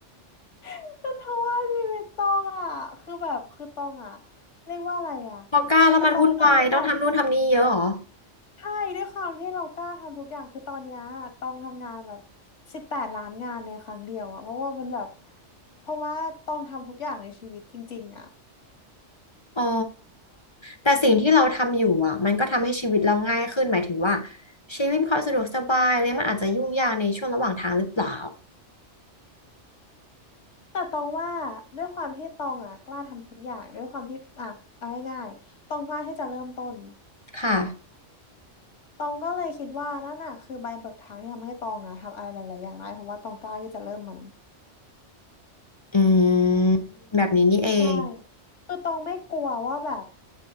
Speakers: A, on the left (about 75°); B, on the left (about 25°).
A: <laughs> เพราะว่าชีวิตตองอ่ะคือแบบคือตองอ่ะเรียกว่าอะไรอ่ะ
B: พอกล้าแล้วมันวุ่นวายต้องทำนู่นทำนี่เยอะเหรอ
A: คือตองอ่ะด้วยความใช่ด้วยความที่เรากล้าทำทุกอย่างคือตอนเนี้ยตองทำงานแบบสิบแปดล้านงานในครั้งเดียวอ่ะเพราะว่ามันแบบเพราะว่าตองทำทุกอย่างในชีวิตจริงๆอ่ะ
B: อ๋อแต่สิ่งที่เราทำอยู่อ่ะมันก็ทำให้ชีวิตเราง่ายขึ้นหมายถึงว่าชีวิตเขาสะดวกสบายเลยมันอาจจะยุ่งยากในช่วงระหว่างทางหรือเปล่า
A: แต่ตองว่าด้วยความที่ตองอ่ะกล้าทำทุกอย่างด้วยความที่อ่ะเอาง่ายๆตองกล้าที่จะเริ่มต้น
B: ค่ะ
A: ตองก็เลยคิดว่านั่นน่ะคือใบเบิกทางที่ทำให้ตองอะทำอะไรหลายๆอย่างได้เพราะว่าตองกล้าที่จะเริ่มมัน
B: อืมแบบนี้นี่เอง
A: ใช่คือตองไม่กลัวว่าแบบ